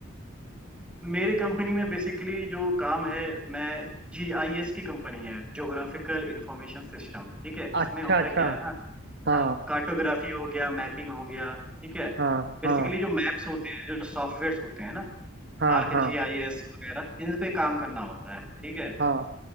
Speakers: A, in the centre; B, on the right.
A: मेरी कंपनी में बेसिकली जो काम है मैं जी आई एस की कंपनी है ज्योग्राफिकल इंफॉर्मेशन सिस्टम ठीक है इसमें
B: अच्छा
A: होता
B: अच्छा
A: क्या है ना
B: हाँ
A: हाँ कार्टोग्राफी हो गया मैपिंग हो गया ठीक है
B: हाँ
A: बेसिकली
B: हाँ
A: जो मैप्स होते हैं जो सॉफ्टवेयर होते हैं ना
B: हाँ
A: आर्क
B: हाँ
A: जी आई एस वगैरह इन पे काम करना होता है ठीक है
B: हाँ